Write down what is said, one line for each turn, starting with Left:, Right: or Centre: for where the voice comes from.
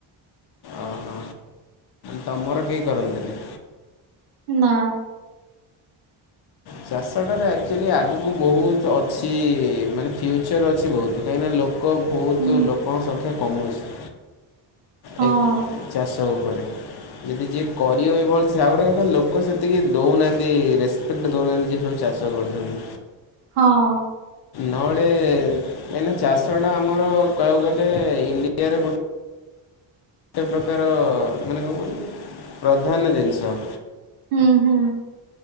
Left: ଓହୋ, ତମର କେହି କରନ୍ତିନି?
Right: ନା।
Left: ଚାଷଟାରେ ଆକ୍ଚୁଆଲି ଆଗକୁ ବହୁତ ଅଛି ମାନେ ଫ୍ୟୁଚର୍ ଅଛି ବହୁତ। କାହିଁକିନା ଲୋକ ବହୁତ
Right: ହୁଁ
Left: ଲୋକଙ୍କ ସଂଖ୍ୟା କମୁଚି।
Right: ହଁ
Left: ଏ ଚାଷ ଉପରେ। ଯଦି ଯିଏ କରିବ ବି ଭଲ ସେ ଆଉ ଗୋଟେ କଥା ଲୋକ ସେତିକି ଦେଉନାହାନ୍ତି ରେଶ୍ ଫଟୋ ଦେଉନାହାନ୍ତି କିନ୍ତୁ ସବୁ ଚାଷ କରୁଛନ୍ତି।
Right: ହଁ।
Left: ନଅଡେ ଏଇନା ଚାଷଟା ଆମର କହିବାକୁ ଗଲେ ଇଣ୍ଡିଆରେ ଗୋଟେ ଗୋଟେ ପ୍ରକାର ମାନେ କଣ କହିଲୁ ପ୍ରଧାନ ଜିନିଷ।
Right: ହୁଁ ହୁଁ